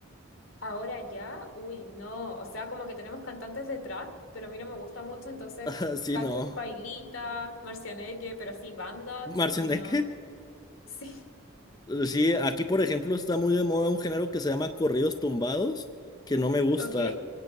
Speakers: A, on the left; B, on the left.
A: Ahora ya, uy, no, o sea, como que tenemos cantantes de trap, pero a mí no me gusta mucho, entonces
B: <laughs> Sí,
A: Cacho
B: no.
A: Pailita, Marcianeque, pero así bandas,
B: ¿Marcianeque?
A: no. <laughs> Sí.
B: Sí, aquí por ejemplo está muy de moda un género que se llama corridos tumbados, que no me gusta.
A: ¿Ok?